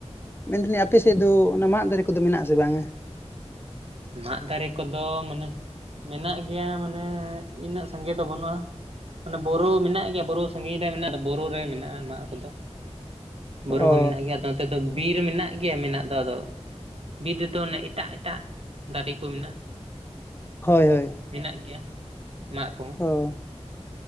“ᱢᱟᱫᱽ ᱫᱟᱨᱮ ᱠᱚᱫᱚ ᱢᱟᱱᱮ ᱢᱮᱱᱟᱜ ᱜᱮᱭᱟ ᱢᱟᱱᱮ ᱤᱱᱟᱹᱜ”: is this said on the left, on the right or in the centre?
Right